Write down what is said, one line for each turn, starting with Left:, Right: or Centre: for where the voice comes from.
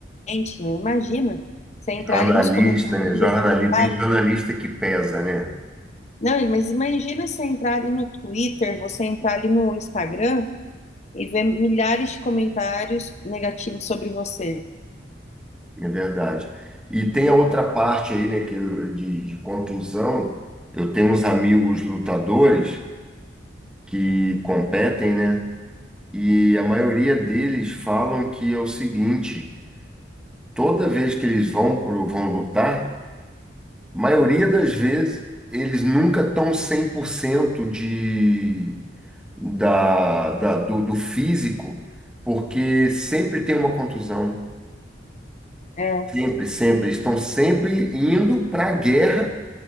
Left: gente, meu. Imagina você entrar
Centre: Jornalista,
Left: ali nos comentários.
Centre: né? Jornalista,
Left: e ver que- Ah,
Centre: tem jornalista que pesa, né?
Left: Não, mas imagina você entrar ali no Twitter, você entrar ali no Instagram e ver milhares de comentários negativos sobre você.
Centre: É verdade. E tem a outra parte aí, né, que eu- de, de contusão. Eu tenho uns amigos lutadores que competem, né? E a maioria deles falam que é o seguinte: toda vez que eles vão pro, vão lutar, a maioria das vezes eles nunca estão 100% de, da, da, do, do físico, porque sempre tem uma contusão.
Left: É,
Centre: Sempre, sempre. Eles estão sempre indo para a guerra